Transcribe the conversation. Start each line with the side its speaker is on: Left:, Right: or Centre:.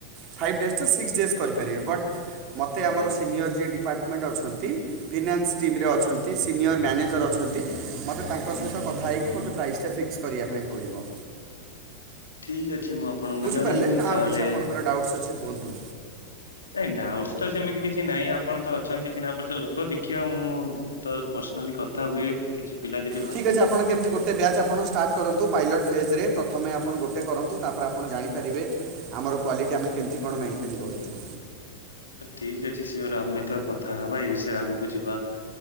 Right: ଫାଇଭ୍ ଡେଜ୍
Left: ହଁ
Right: ଟା
Left: ହଁ
Right: ସିକ୍ସ୍ ଡେଜ୍ କରିପାରିବି ବଟ୍ ମତେ
Left: ଆଜ୍ଞା
Right: ଆମର ସିନିୟର୍ ଯିଏ ଡିପାର୍ଟ ମେଣ୍ଟ୍ ଅଛନ୍ତି ଫିନାନ୍ସ ଟିମ୍ ରେ ଅଛନ୍ତି ସିନିୟର୍ ମ୍ୟାନେଜର୍ ଅଛନ୍ତି ମୋତେ ତାଙ୍କ ସହିତ କଥା ହେଇକି ମୋତେ ପ୍ରାଇସ୍ ଟା ଫିକ୍ସ୍ ଫିକ୍ସ୍ କରିବା ପାଇଁ ପଡ଼ିବ।
Left: ଠିକ୍ ଅଛି ମୁଁ ଆପଣଙ୍କୁ
Right: ବୁଝିପାରିଲେ
Left: ଜଣେଇବି
Right: ନା
Left: ତାହାଲେ।
Right: ଆଉ କିଛି ଆପଣଙ୍କର ଡାଉଟ୍ସ ଅଛି କୁହନ୍ତୁ
Left: ନାଇଁ ଡାଉଟସ୍ ତ ସେମିତି କିଛି ନାଇଁ ଆପଣ ତ ଅଛନ୍ତି ଚିହ୍ନା ପରିଚୟ ଲୋକ ଦେଖିବା ମୁଁ ତ ପର୍ସନାଲି କଥା ହୁଏ କିଛି ପିଲା ଯେ
Right: ଠିକ୍ ଅଛି ଆପଣ କେମିତି ଗୋଟେ ବ୍ୟାଚ୍ ଆପଣ ଷ୍ଟାର୍ଟ୍ କରନ୍ତୁ ପାଇଲଟ୍ ଫେଜ୍ ରେ ପ୍ରଥମେ ଆପଣ ଗୋଟେ କରନ୍ତୁ ତାପରେ ଆପଣ ଜାଣିପାରିବେ ଆମର କ୍ୱାଲିଟି ଆମେ କେମିତି କଣ ମେଣ୍ଟେନ୍ କରୁଚୁ।
Left: ଠିକ୍ ଅଛି ସିଓର୍ ଆମେ ତ କଥା ହବା ଏଇ ବିଷୟରେ ଆଗକୁ ଯିବା